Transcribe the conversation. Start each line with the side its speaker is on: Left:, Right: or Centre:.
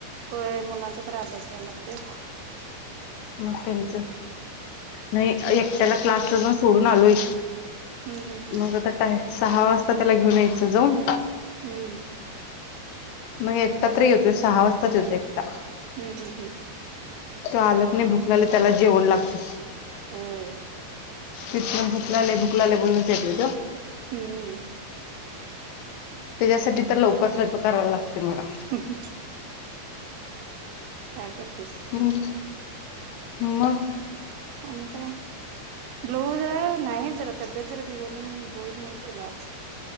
Right: व्हयं मुलांचा तर अभ्यास घ्यायला लागतय.
Left: मग त्यांच नही एकट्याला क्लासला जाऊन सोडून आलोय.
Right: हम्म हम्म
Left: मग आता काय सहा वाजता त्याला घेऊन यायचं जाऊन.
Right: हू!
Left: म एकटा तरी येतो सहा वाजताच येतो एकटा.
Right: हूं हूं हूं!
Left: त्यो आलत नही भुकलागली त्याला जेवण लागतय.
Right: होय
Left: तिथन भुकलाले भुकलाले बोलूनच येतोय त्यो.
Right: हूं!
Left: त्याच्यासाठी तर लवकर स्वयंपाक करायला लागते मला.
Right: <inaudible> काय करतेस.
Left: हूं मं!
Right: आणि काय ब्लऊज नाही जरा तब्येत जरा बिघली मग. म्हणून नाही शिवलं आज.